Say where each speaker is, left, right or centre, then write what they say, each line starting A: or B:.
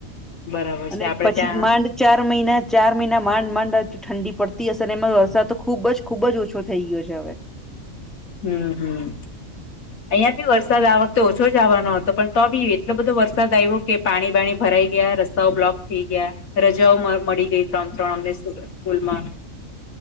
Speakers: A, on the left (about 80°); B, in the centre.
A: બરાબર
B: અને
A: છે આપડે
B: પછી
A: ત્યાં
B: માંડ ચાર મહિના ચાર મહિના માંડ માંડ ઠંડી પડતી હશે અને એમાં વરસાદ તો ખુબ જ ખુબ જ ઓછો થઈ ગયો છે હવે.
A: હમ હમ. અહીંયા બી વરસાદ આ વખતે ઓછો જ આવવાનો હતો પણ તો બી એટલો બધો વરસાદ આવ્યો કે પાણી બાણી ભરાઈ ગયા રસ્તા રસ્તા બ્લોક થઈ ગયા રજાઓ મળી ગઈ ત્રણ ત્રણ અમને સ્કૂલમાં